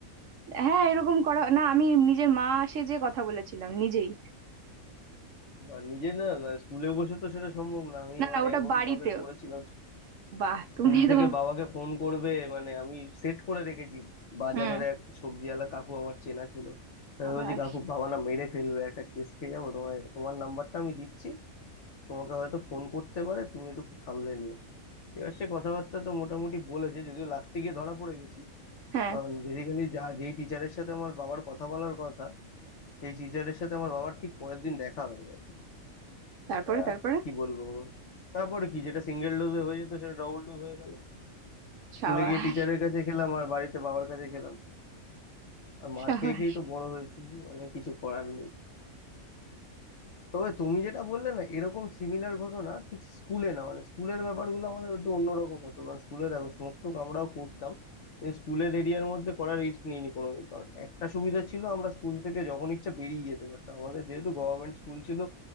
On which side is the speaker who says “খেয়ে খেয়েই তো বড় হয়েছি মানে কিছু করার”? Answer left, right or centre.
Left